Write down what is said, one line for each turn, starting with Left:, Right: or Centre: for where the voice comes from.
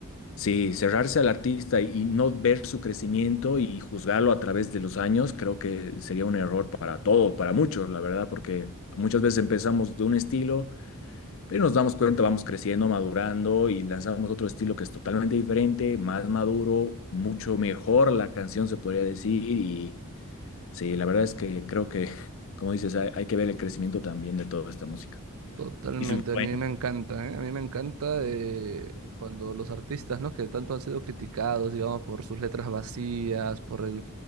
Left: Sí, cerrarse al artista y, y no ver su crecimiento y juzgarlo a través de los años, creo que sería un error para todos, para muchos, la verdad, porque muchas veces empezamos de un estilo, pero nos damos cuenta, vamos creciendo, madurando y lanzamos otro estilo que es totalmente diferente, más maduro, mucho mejor la canción se podría decir. Y sí, la verdad es que creo que, <laughs> como dices, hay, hay que ver el crecimiento también de toda esta música.
Right: Totalmente,
Left: Y su influencia.
Right: a mí me encanta, ¿eh? A mí me encanta eh, cuando los artistas, ¿no? Que tanto han sido criticados, digamos, por sus letras vacías, por el,